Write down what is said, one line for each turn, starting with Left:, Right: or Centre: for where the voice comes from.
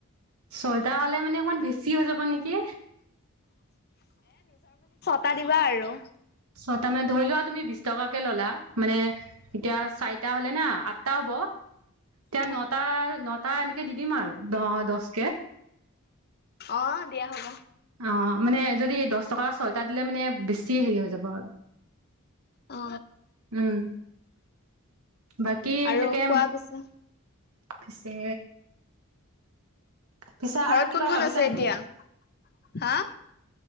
Right: ছয়টা হলে মানে অকমান বেছি হৈ যাব নেকি?
Left: এটা দিবা আৰু।
Right: ছটা মানে ধৰি লোৱা তুমি বিশ টকাকে ললা মানে এতিয়া চাৰিটা হলে না আঠটা হ'ব এতিয়া
Left: উম
Right: নটা নটা এনেকে দি দিম আৰু ন দছকে
Left: অ দিয়া হ'ব
Right: অ মানে যদি দহ টকা ছয়টা দিলে মানে বেছি হেৰি হৈ যাব আৰু
Left: অ
Right: উম বাকী এইফালেকে
Left: আৰু কোৱা পিছে
Right: পিছে পিছে
Left: ঘৰত
Right: আৰু কিবা
Left: কোন কোন
Right: ভাবিছা
Left: আছে
Right: নেকি
Left: এতিয়া হা